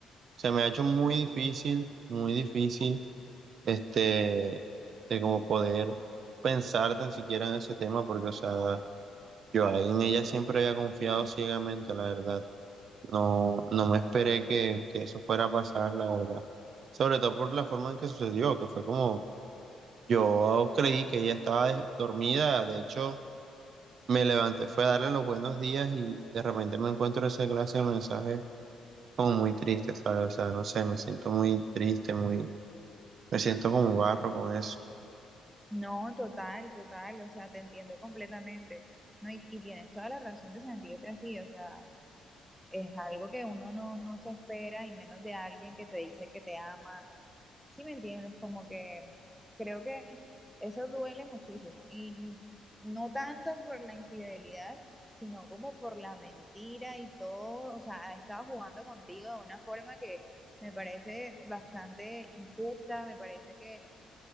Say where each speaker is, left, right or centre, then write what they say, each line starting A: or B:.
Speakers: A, on the right; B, in the centre.
A: se me ha hecho muy difícil, muy difícil, este, de como poder pensar tan siquiera en ese tema, porque, o sea, yo ahí en ella siempre había confiado ciegamente, la verdad, no, no me esperé que, que eso fuera a pasar, la verdad, sobre todo por la forma en que sucedió, que fue como, yo creí que ella estaba eh, dormida, de hecho... Me levanté, fue a darle los buenos días y de repente me encuentro esa clase de mensajes Es como muy triste, ¿sabes? O sea, no sé, me siento muy triste, muy, me siento como barro con eso.
B: No, total, total, o sea, te entiendo completamente. No, y, y tienes toda la razón de sentirte así, o sea, es algo que uno no, no se espera y menos de alguien que te dice que te ama, ¿Sí me entiendes? Como que creo que eso duele muchísimo y n- no tanto por la infidelidad, sino como por la mentira y todo, o sea, ha estado jugando contigo de una forma que me parece bastante injusta, me parece que,